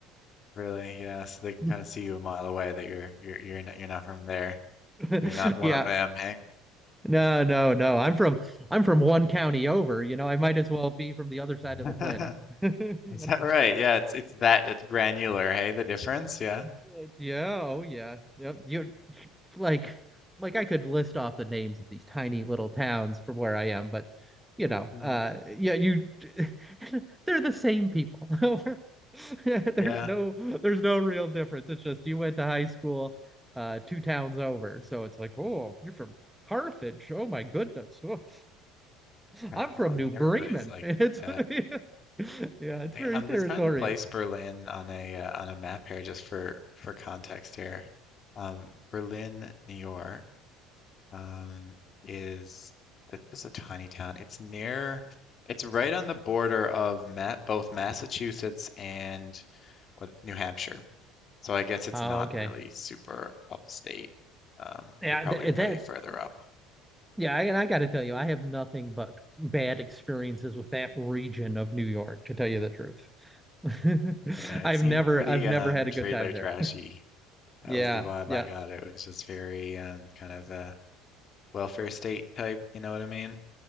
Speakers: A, on the left; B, in the centre.
A: Really, yeah. So they can
B: to.
A: kind of see you a mile away that you're you're you're not you're not from there.
B: <laughs>
A: You're not one
B: Yeah.
A: of them, hey?
B: No, no, no. I'm from I'm from one county over, you know, I might as well be from the other side
A: <laughs>
B: of the planet. <laughs> You
A: Is
B: know?
A: that right? Yeah, it's it's that at granular, hey, the difference, yeah.
B: Uh, yeah, oh yeah. Yep. You're like like I could list off the names of these tiny little towns from where I am, but you know,
A: Mm,
B: uh yeah, you <laughs> they're the same people. <laughs> There's
A: yeah.
B: no there's no real difference. It's just you went to high school uh two towns over. So it's like, oh, you're from Carthage. Oh my goodness. Oh,
A: Yeah,
B: I'm from
A: Well, I
B: New
A: mean
B: Bremen.
A: everybody's like
B: <laughs> It's
A: that.
B: <laughs> yeah, it's
A: I,
B: very
A: I'm
B: territorial.
A: just trying to place Berlin on a uh, on a map here just for for context here. Um, Berlin, New York. um, is that is just a tiny town. It's near, it's right on the border of Ma both Massachusetts and what, New Hampshire. So I guess it's
B: Oh,
A: not
B: okay.
A: really super upstate. Um,
B: Yeah,
A: you're probably
B: th that
A: way further up.
B: Yeah, I- and I got to tell you, I have nothing but bad experiences with that region of New York, to tell you the truth. <laughs>
A: Yeah,
B: I've
A: it seemed
B: never,
A: pretty
B: I've never
A: um,
B: had a
A: trailer
B: good time there.
A: trashy. That
B: Yeah,
A: was the vibe
B: yeah.
A: I got. It was just very um, kind of a welfare state type, you know what I mean?